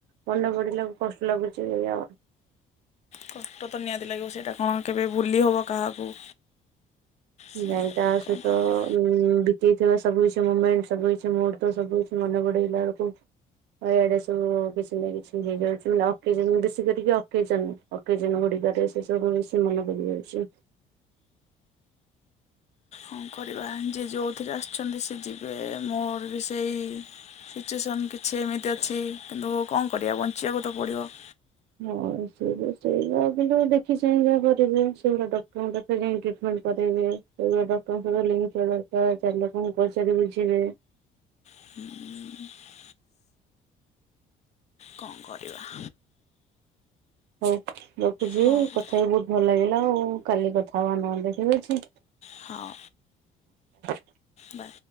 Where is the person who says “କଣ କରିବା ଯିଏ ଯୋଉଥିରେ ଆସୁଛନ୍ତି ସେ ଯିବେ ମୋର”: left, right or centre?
Left